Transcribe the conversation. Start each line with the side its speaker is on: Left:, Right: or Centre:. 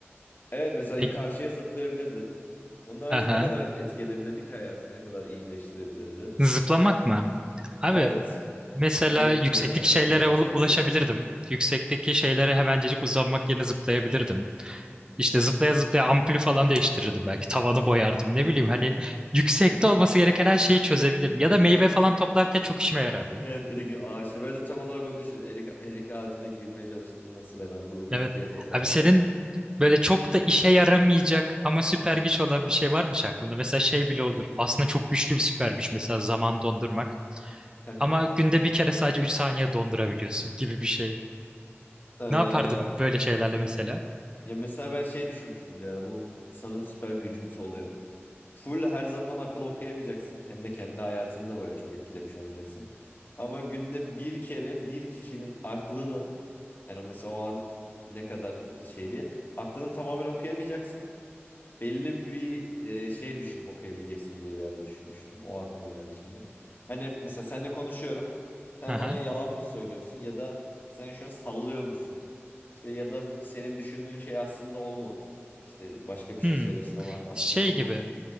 Left: Evet mesela
Right: Peki.
Left: karşıya zıplayabilirdin. Onun harici
Right: Aha.
Left: ne kadar etki edebilirdi ki hayatını, ne kadar iyileştirebilirdi.
Right: Zıplamak mı? Abi
Left: Evet.
Right: mesela
Left: Önce zıplamaya
Right: yüksekteki
Left: konuşalım
Right: şeylere
Left: sonra başka
Right: ula- ulaşabilirdim.
Left: bir şey yaratalım.
Right: Yüksekteki şeylere hemencecik uzanmak yerine zıplayabilirdim. İşte zıplaya zıplaya ampulü falan değiştirirdim belki. Tavanı boyardım. Ne bileyim hani yüksekte olması gereken her şeyi çözebilirdim. Ya da meyve falan toplarken çok işime yarardı.
Left: Evet dedi ki ağaçta. Ben de tam olarak onu düşündüm. Erik, erik ağacına girmeye çalıştığımda nasıl hemen vur vur
Right: Evet.
Left: diye toparlardım.
Right: Abi senin böyle çok da işe yaramayacak ama süper güç olan bir şey varmış aklında? Mesela şey bile olur. Aslında çok güçlü bir süper güç mesela zaman dondurmak.
Left: Hı hı.
Right: Ama günde bir kere sadece 3 saniye dondurabiliyorsun gibi bir şey.
Left: Ee,
Right: Ne yapardım böyle şeylerle mesela?
Left: ya mesela ben şey düşünmüştüm bir ara. Bu sanırım süper gücümse oluyor. Full her zaman akıl okuyamayacaksın. Hem de kendi hayatını da böyle çok etkilemiş olmayacaksın. Ama günde bir kere bir kişinin aklını Yani o mesela o an ne kadar şey diye. Aklını tamamen okuyamayacaksın. Belli bir e, şey düşünüp okuyabileceksin diye bir ara düşünmüştüm. O aklıma geldi şimdi. Hani mesela seninle konuşuyorum. Sen
Right: Aha.
Left: bana yalan mı söylüyorsun ya da sen şu an sallıyor musun? İşte ya da senin düşündüğün şey aslında o mu? İşte başka bir şey
Right: Hmm.
Left: söylüyorsun ama aslında
Right: Şey
Left: o
Right: gibi.
Left: mu?